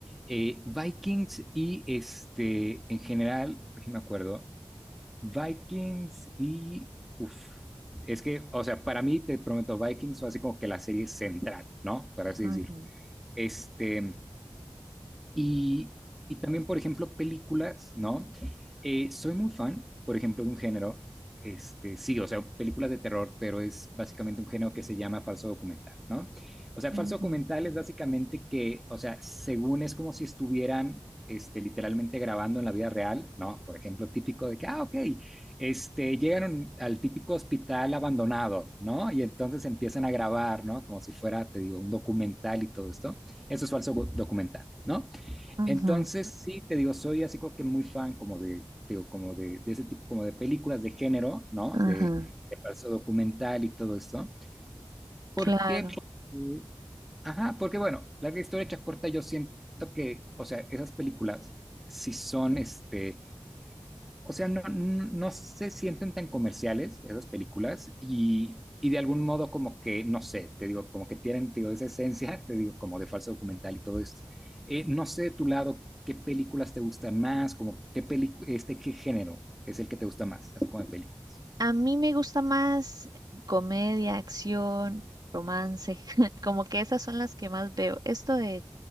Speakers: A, in the centre; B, on the right (about 50°).
A: Eh, Vikings y este, en general, no me acuerdo, Vikings y... Uf, es que, o sea, para mí, te prometo, Vikings fue así como que la serie central, ¿no? Para así
B: ujú,
A: decir. Este, y, y también, por ejemplo, películas, ¿no? Eh, soy muy fan, por ejemplo, de un género, este, sí, o sea, películas de terror, pero es básicamente un género que se llama falso documental, ¿no? O sea,
B: ujú.
A: falso documental es básicamente que, o sea, según es como si estuvieran, este, literalmente grabando en la vida real, ¿no? Por ejemplo, típico de que, ah, ok, este, llegaron al típico hospital abandonado, ¿no? Y entonces empiezan a grabar, ¿no? Como si fuera, te digo, un documental y todo esto. Eso es falso documental, ¿no?
B: Ujú,
A: Entonces, sí, te digo, soy así como que muy fan como de, te digo, como de, de ese tipo, como de películas de género, ¿no?
B: ujú,
A: De, de falso documental y todo esto. ¿Por
B: claro.
A: qué? Porque, ajá, porque bueno, larga historia hecha corta, yo siento que, o sea, esas películas, si son, este, o sea, no, no, no se sienten tan comerciales esas películas y, y de algún modo como que, no sé, te digo, como que tienen, te digo, esa esencia, <laughs> te digo, como de falso documental y todo esto. Eh, no sé de tu lado qué películas te gustan más, como qué película, este, qué género es el que te gusta más, así como de películas.
B: A mí me gusta más comedia, acción, romance, <laughs> como que esas son las que más veo. Esto de,